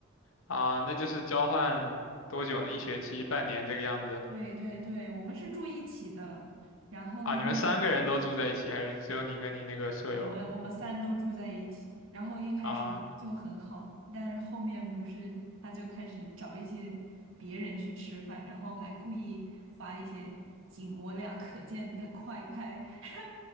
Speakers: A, on the left (about 70°); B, on the right (about 65°).
A: 啊，那就是交换多久呢？一学期、半年这个样子？
B: 对对对，我们是住一起的。然后那
A: 啊，你们三个人都住在一起，还是只有你跟你那个舍友？
B: 我们我们三都住在一起，然后一开始就很好，
A: 啊，
B: 但是后面不是他就开始找一些别人去吃饭，然后还故意发一些仅我俩可见的快拍，<laughs>